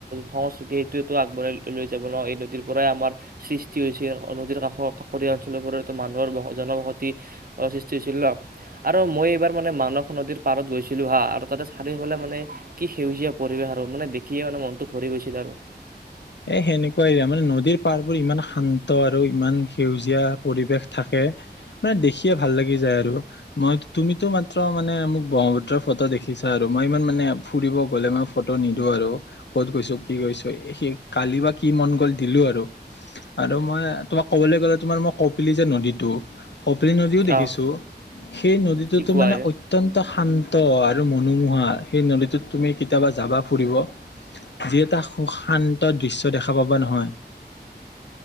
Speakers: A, on the right (about 55°); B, on the left (about 85°).
A: সংস্কৃতি সেইটোৱে আগবঢ়াই লৈ যাব ন এই নদীৰ পৰাই আমাৰ সৃষ্টি হৈছে নদীৰ কাষত। কাষৰীয়া অঞ্চলবোৰতো মানুহৰ ব - জনবসতি সৃষ্টি হৈছিল ন আৰু মই এইবাৰ মানে মানস নদীৰ পাৰত গৈছিলো হা আৰু তাতে চাৰিওফালে মানে কি সেউজীয়া পৰিৱেশ আৰু মানে দেখিয়ে মানে মনটো ভৰি গৈছিল আৰু।
B: এ সেনেকুৱাই দিয়া মানে নদীৰ পাৰবোৰ ইমান শান্ত আৰু ইমান সেউজীয়া পৰিৱেশ থাকে মানে দেখিয়ে ভাল লাগি যায় আৰু মই - তুমিতো মাত্ৰ মানে মোক ব্ৰহ্মপুত্ৰৰ ফটো দেখিছা আৰু মই ইমান মানে ফুৰিব গলে মই ফটো নিদো আৰু কত গৈছো কি গৈছো <unintelligible> কালি বা কি মন গ'ল দিলো আৰু আৰু মই তোমাক ক'বলৈ গ'লে তোমাৰ মই কপিলি যে নদীটো কপিলী নদীও দেখিছোঁ,
A: আহ
B: সেই নদীটোতো
A: কি কোৱা
B: মানে অত্যন্ত শান্ ত আৰু মনোমোহা, সেই নদীটোত তুমি কেতিয়াবা যাবা ফুৰিব যি এটা সু - শান্ ত দৃশ্য দেখা পাবা নহয়।